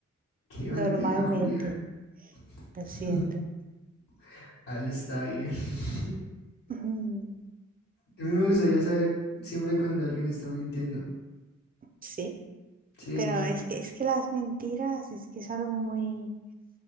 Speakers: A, on the left (about 85°); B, on the right (about 30°).
A: qué
B: Normalmente.
A: bandida, Julia.
B: Lo
A: <laughs>
B: siento.
A: Al está bien. <laughs>
B: Ujú.
A: A mí me gustaría saber siempre cuando alguien está mintiendo.
B: Sí.
A: Sí,
B: Pero es que, es que las mentiras es que es algo muy